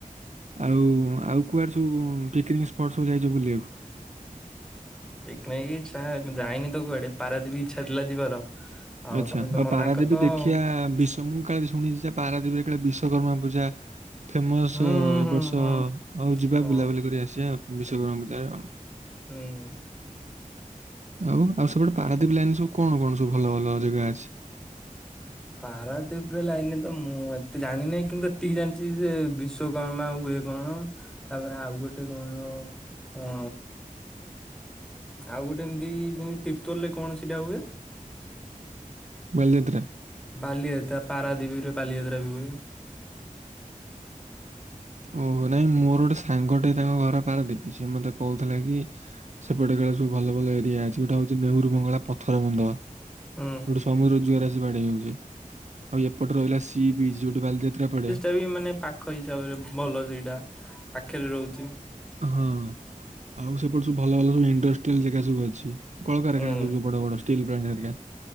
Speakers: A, on the right (about 55°); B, in the centre.
A: ଆଉ ଆଉ କୁଆଡ଼େ ସବୁ ପିକନିକ୍ ସ୍ପଟ୍ ସବୁ ଯାଇଚ ବୁଲିବାକୁ?
B: <inaudible> ପିକନିକ୍ ଇଚ୍ଛା ଯାଇନି ତ କୁଆଡେ। ପାରାଦ୍ଵୀପ ଇଚ୍ଛା ଥିଲା ଯିବାର।
A: ଆଚ୍ଛା।
B: ତମେ ତ
A: ଆଉ
B: ମନା
A: ପାରାଦ୍ୱୀପ
B: କଲ
A: ଦେଖିଆ
B: ଆଉ
A: ବିଶ୍ ମୁଁ କାଳେ ଶୁଣିଚି ଯା ପାରାଦ୍ୱୀପରେ କାଳେ ବିଶ୍ୱକର୍ମା ପୂଜା ଫେମସ
B: ହୁଁ
A: ଏ
B: ହୁଁ
A: ବର୍ଷ
B: ହୁଁ
A: ତ ହଉ ଯିବା
B: ହୁଁ ହଁ
A: ବୁଲାବୁଲି କରି ଆସିବା ବିଶ୍ୱକର୍ମା ପୂଜାରେ ଆଉ।
B: ହୁଁ।
A: ଆଉ ଆଉ ସେପଟେ ପାରାଦ୍ୱୀପ ଲାଇନ୍ ରେ ସବୁ କଣ କଣ ସବୁ ଭଲ ଭଲ ଜେଗା ଅଛି?
B: ପାରାଦ୍ଵୀପ ରେ ଲାଇନି ରେ ତ ମୁଁ ଏତେ ଜାଣିନାଇ କିନ୍ତୁ ଏତିକି ଜାଣିଚି ଯେ ବିଶ୍ ବିଶ୍ୱକର୍ମା ହୁଏ କଣ। ତାପରେ ଆଉ ଗୋଟେ କଣ ଉଁ ଆଉ ଗୋଟେ ଏମତି ଯେମିତି ତିପ୍ତଲ ରେ କଣ ସେଇଟା ହୁଏ?
A: ବାଲିଯାତ୍ରା।
B: ବାଲିଯାତ୍ରା ପାରାଦ୍ଵୀପ ରେ ବାଲିଯାତ୍ରା ବି ହୁଏ।
A: ଓହୋ। ନାଇଁ ମୋର ଗୋଟେ ସାଙ୍ଗ ଟେ ତାଙ୍କ ଘର ପାରାଦ୍ଵୀପ। ସିଏ ମତେ କହୁଥିଲେ କି ସେପଟେ କାଳେ ସବୁ ଭଲ ଭଲ ଏରିଆ ଅଛି। ଗୋଟେ ହଉଚି ନେହୁରୁ ବଙ୍ଗଳା ପଥର ବନ୍ଧ।
B: ହୁଁ।
A: ଓଟେ ସମୁଦ୍ର ଜୁଆର ଆସି ବାଡ଼େଇ ହଉଚି। ଆଉ ଏପଟେ ରହିଲା ସି ବିଚ୍ ଯୋଉଠି ବାଲିଯାତ୍ରା ପଡ଼େ।
B: ତା ବି ଏ ମାନେ ପାଖ ହିସାବରେ ଭଲ ସେଇଟା ପାଖେରେ ରହୁଚି।
A: ହଁ ଆଉ ସେପଟେ ସବୁ ଭଲ ଭଲ ସବୁ ଇଣ୍ଡଷ୍ଟ୍ରିଆଲ୍ ଜେଗା ସବୁ ଅଛି। କଳକାରଖାନା
B: ଉଁ
A: ସବୁ ଯୋଉ ବଡ଼ ବଡ଼ ଷ୍ଟିଲ୍ ପ୍ଲାଣ୍ଟ୍ ହରିକା।